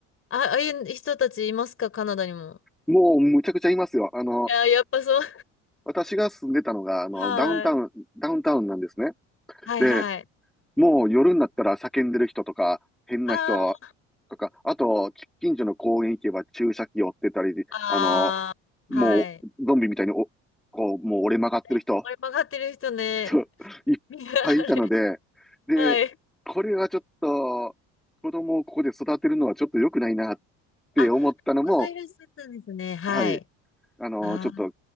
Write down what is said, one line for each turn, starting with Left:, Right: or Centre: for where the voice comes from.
Left: あ、ああいう人たちいますかカナダにも。
Centre: もうむちゃくちゃいますよ。あの、
Left: や、やっぱそう。
Centre: 私が住んでたのが、あの、
Left: はい。
Centre: ダウンタウン、ダウンタウンなんですね。
Left: はいはい。
Centre: で、もう夜になったら叫んでる人とか、変な人
Left: あー
Centre: とか、あと、き近所の公園行けば注射器を追ってたり、
Left: あー、
Centre: あの、もう、
Left: はい。
Centre: ゾンビみたいにお、こう、もう折れ曲がってる人
Left: ねこれ曲がってる人ね。
Centre: そう、いっぱいいたので、
Left: いやあれ。
Centre: で、
Left: はい。
Centre: これはちょっと、子供をここで育てるのはちょっと良くないなって思ったのも、
Left: あ、お子さんいらっしゃったんですね。はい。
Centre: はい、あの、
Left: ああ。
Centre: ちょっと、